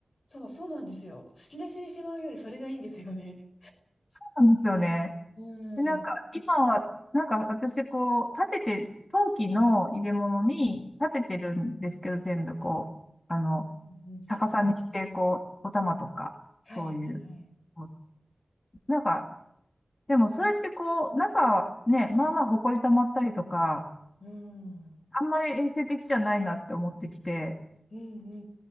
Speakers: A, on the left (about 65°); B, on the left (about 35°).
A: そう、そうなんですよ。引き出しにしまうよりそれがいいんですよね。
B: そうなんですよね。
A: うん。
B: で、なんか今は、
A: うん
B: なんか私こう、立てて、陶器の入れ物に立ててるんですけど、全部こう、あの、
A: うん
B: 逆さにして、こう、お玉とか、
A: はいはいはい。
B: そういう、こうなんか、でもそれってこう、中はね、まあまあ埃溜まったりとか、
A: うん。うん
B: あんまり衛生的じゃないなって思ってきて、
A: うんう